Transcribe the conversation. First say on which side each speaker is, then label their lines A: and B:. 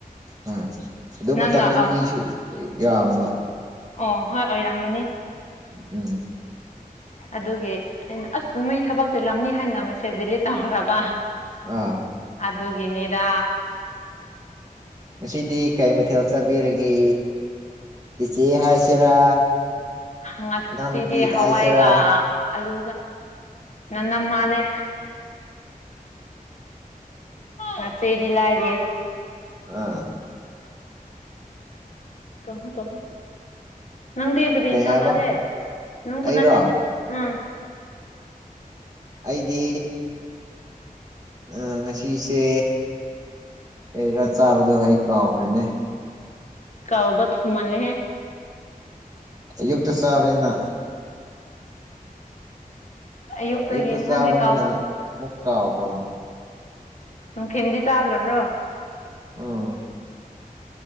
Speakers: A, on the right (about 25°); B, on the left (about 50°).
A: ꯍꫭꯏ ꯑꯗꯨ
B: ꯅꯪꯅ
A: ꯃꯇꯝꯗ ꯃꯤꯁꯨ
B: ꯑꯥ
A: ꯌꯥꯝꯕ
B: ꯑꯣ ꯍꯣꯏ ꯑꯣꯏꯔꯥꯝꯃꯅꯤ
A: ꯎꯝ
B: ꯑꯗꯨꯒꯤ ꯑꯩꯅ ꯑꯁ ꯃꯣꯏ ꯊꯕꯛ ꯆꯤꯜꯂꯝꯅꯤ ꯍꯥꯏꯅ ꯃꯦꯁꯦꯖ ꯗꯤꯂꯤꯠ ꯇꯧꯈ꯭ꯔꯕ
A: ꯑꯥ
B: ꯑꯗꯨꯒꯤꯅꯤꯗ
A: ꯉꯁꯤꯗꯤ ꯀꯩ ꯃꯊꯦꯜ ꯆꯕꯤꯔꯒꯦ ꯏꯆꯦ ꯍꯥꯏꯁꯤꯔꯥ
B: ꯍ ꯉꯁꯤꯗꯤ
A: ꯏꯅꯥꯎꯅꯨꯄꯤ
B: ꯍꯋꯥꯏꯒ
A: ꯍꯥꯏꯁꯤꯔꯥ
B: ꯑꯂꯨ ꯅꯟꯅꯝꯃꯅꯦ ꯅꯆꯦꯗꯤ ꯂꯥꯏꯏꯔꯤꯌꯦ <inaudible>
A: ꯑꯥ
B: ꯇꫭꯃꯣ ꯇꫭꯃꫭ ꯅꯪꯗꯤ ꯀꯔꯤ
A: ꯀꯩ
B: ꯏꯟꯁꯥꯡ
A: ꯍꯥꯏꯕ
B: ꯆꯥꯒꯦ ꯅꯪꯕꯨ
A: ꯑꯩꯔꯣ
B: ꯅꯠꯇꯦ ꯎꯝ
A: ꯑꯩꯗꯤ ꯑ ꯉꯁꯤꯁꯦ ꯀꯩꯔꯥ ꯆꯥꯕꯗꯣ ꯑꯩ ꯀꯥꯎꯈ꯭ꯔꯦꯅꯦ
B: ꯀꯥꯎꯕ ꯊꯨꯃꯜꯂꯦꯍꯦ
A: ꯑꯌꯨꯛꯇ ꯆꯥꯕꯅꯤꯅ
B: ꯑꯌꯨꯛꯇꯒꯤ
A: ꯑꯌꯨꯛꯇ
B: ꯏꯟꯁꯥꯡꯗꯤ
A: ꯆꯥꯕꯅꯤꯅ
B: ꯀꯥꯎ
A: ꯑꯃꯨꯛ ꯀꯥꯎꯈ꯭ꯔꯕ
B: ꯅꯨꯡꯊꯤꯟꯗꯤ ꯆꯥꯗ꯭ꯔꯕ꯭ꯔꯣ
A: ꯑꯥ